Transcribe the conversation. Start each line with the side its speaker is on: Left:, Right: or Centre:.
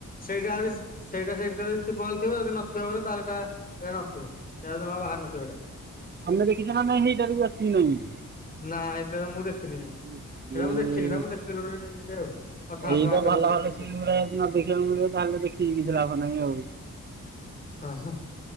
Left: ସେଇଟା ବିସି ସେଇଟା ସେଇଠି ଯଦ ଥିବ ଥିବ ଯଦି ନଥିବ ବୋ ତାହେଲେ ଏଟା ଏଇଟା ନଥିବ ଏ ଜ ବାହାର ନଥିବ ଏଇଟା।
Right: ଆମେ ଦେଖିଛେ ନା ନାଇଁ ହେଇଟାର ବି ଅଛି କି ନାଇଁ ବୋଲି?
Left: ନା ହେଟରେ ମୁଁ ଦେଖିନି।
Right: ଇସି
Left: ଏଇଟା ମୁଁ ଦେଖିନି ନା ମୁଁ ଦେଖଥିଲି ଗୋଟ ଏଇଟ ଆ ଅଧା
Right: ଏଇ ତ
Left: ଆ
Right: ଭଲ
Left: ଗୋଟେ
Right: ଭଲ
Left: ଆଉ
Right: ସିନ୍ ଗୁରା ଯଦି ନ ଦେଖିବାକୁ ମିଳିବ ତାହେଲେ ଦେଖିକି କିଛି ଲାଭ ନାହିଁ ଆଉ
Left: ଓ ହଁ